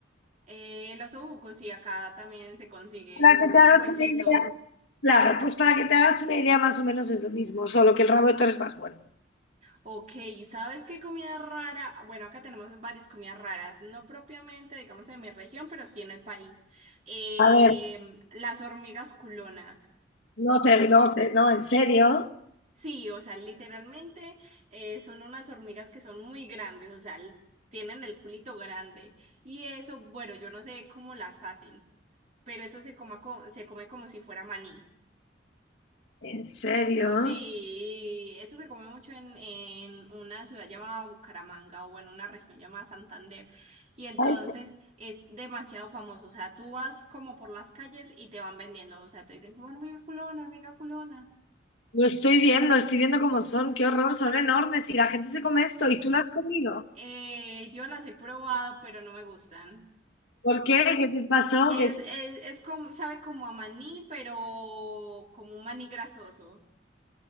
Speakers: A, on the right (about 40°); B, on the left (about 70°).
A: eh, los osobuco, sí, acá también se consigue,
B: Para
A: es
B: que
A: como
B: te hagas
A: un huesito.
B: una idea. Claro, pues para que te hagas una idea más o menos es lo mismo, solo que el rabo de toro es más bueno.
A: Ok, ¿sabes qué comida rara? Bueno, acá tenemos varias comidas raras, no propiamente, digamos, en mi región, pero sí en el país. Eh,
B: A ver,
A: las hormigas culonas.
B: no te, no te, no, en serio,
A: Sí, o sea, literalmente eh, son unas hormigas que son muy grandes, o sea, l- tienen el culito grande. Y eso, bueno, yo no sé cómo las hacen, pero eso se coma co- se come como si fuera maní.
B: en serio.
A: Sí, eso se come mucho en, en una ciudad llamada Bucaramanga o en una región llamada Santander. Y entonces
B: Ay,
A: es demasiado famoso. O sea, tú vas como por las calles y te van vendiendo. O sea, te dicen como hormiga culona, hormiga culona.
B: lo estoy viendo, estoy viendo cómo son, qué horror, son enormes y la gente se come esto y tú lo has comido.
A: Eh, yo las he probado, pero no me gustan.
B: ¿Por qué? ¿Qué te pasó?
A: Es,
B: ¿Qué se-
A: es, es como, sabe como a maní, pero como un maní grasoso.